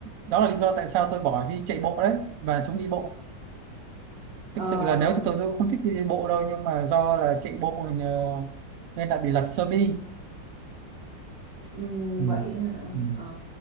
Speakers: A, on the right; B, on the right.
A: đó là lý do tại sao tôi bỏ đi chạy bộ đấy và xuống đi bộ thực
B: ờ,
A: sự là nếu thì tôi cũng không thích đi đi bộ đâu nhưng mà do là chạy bộ ờ, nên đã bị lật sơ mi
B: Ừm,
A: ừ,
B: vậy hả?
A: ừ.
B: Ờ,